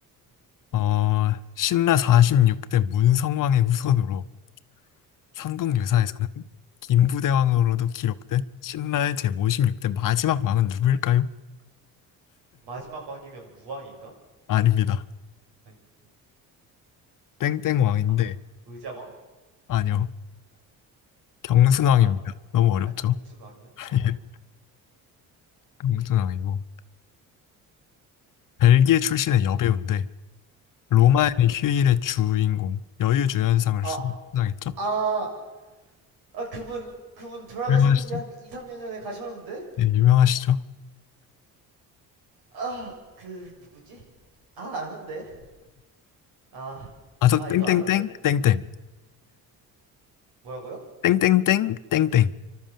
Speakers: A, on the right; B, on the left.
A: 음,
B: 어, 신라 46대 문성왕의 후손으로 삼국유사에서는
A: 무,
B: 김부대왕으로도 기록된 신라의 제56대 마지막 왕은 누구일까요?
A: 마지막 왕이면 무왕인가?
B: 아닙니다.
A: 아니,
B: 땡땡
A: 뭐,
B: 왕인데
A: 아, 의자왕?
B: 아니요. 경순왕입니다.
A: 아,
B: 너무 어렵죠?
A: 아 경순왕이야?
B: <laughs>
A: 어.
B: 예, 경순왕이고. 벨기에 출신의
A: 아,
B: 여배우인데, 로마의
A: <laughs>
B: 휴일의 주인공, 여유주연상을
A: 아,
B: 수상했죠?
A: 아, 아 그분 그분 돌아가신
B: 유명하시죠?
A: 지 한 2, 3년 전에 가셨는데?
B: 예, 유명하시죠?
A: 아 그 누구지? 아 아는데. 아.
B: 아저
A: 아
B: 땡땡땡,
A: 이거 아는데.
B: 땡땡,
A: 뭐라고요?
B: 땡땡땡, 땡땡,